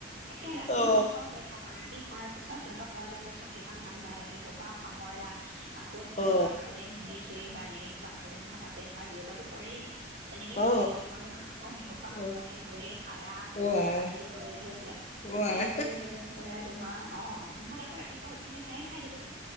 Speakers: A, on the right; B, on the left.
A: একে ৰাতি
B: অ
A: যি কয় কৈ থাক আ ৰাতি খোৱাৰ পিছত সিহঁতক শুৱাই লোৱাৰ পিছত সেইখন কাম বাই সেইসোপা সামৰা, আকৌ
B: অ
A: কিবা খালে মৰিছোঁ এই বা এনেকে কিবা খালে নহয় তাতে ধৰা দুই এটাতো পৰেই। তেনেকে
B: অ অ
A: পৰি থাকিব নহয় আকৌ শেই খোপা
B: অ
A: সামৰি কৰি শাৰা,
B: অ আই
A: শাৰী কৰি লৈ পেলাই,
B: অ
A: শাৰী
B: আই
A: কৰি লৈ পেলাই তোমাৰ অ নহলে আকৌ ৰাতিপুৱা উঠিলে সেয়াই ওঠাই দিব